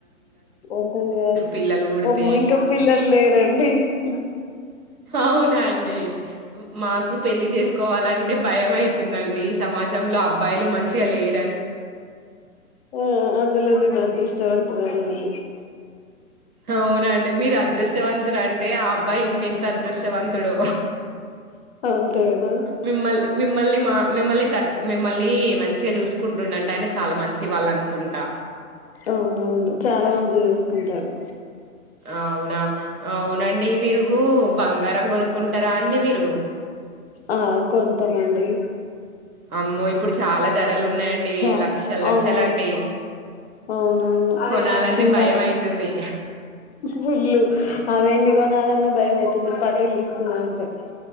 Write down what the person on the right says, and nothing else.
పిల్లలు పుడితే
అవునా అండి మాకు పెళ్లి చేసుకోవాలంటే భయం అయితుందండి సమాజంలో అబ్బాయిలు మంచిగా లేరు
అవునండి మీరు అదృష్టవంతుడు అంటే ఆ అబ్బాయి ఇంకెంత అదృష్టవంతుడు
మిమ్మల్ని మిమ్మల్ని మా మిమ్మల్ని మిమ్మల్ని మంచిగా చూకుంటుండంట ఆయన చాలా మంచి వాళ్ళు అనుకుంటా
అవునా అవునండి మీరుగు బంగారం కొనుక్కుంటారా అండి మీరు
అమ్మోయి ఇప్పుడు చాలా ధరలు ఉన్నాయండి
లక్షలు లక్షలండి
కొనాలంటే
భయం అయితుంది